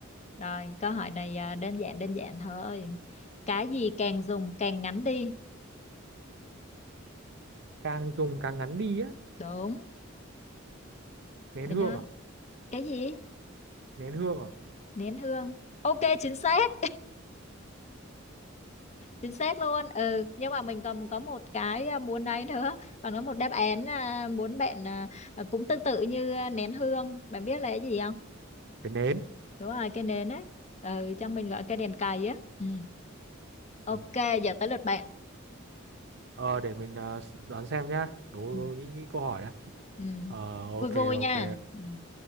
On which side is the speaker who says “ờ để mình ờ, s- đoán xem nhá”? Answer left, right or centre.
Right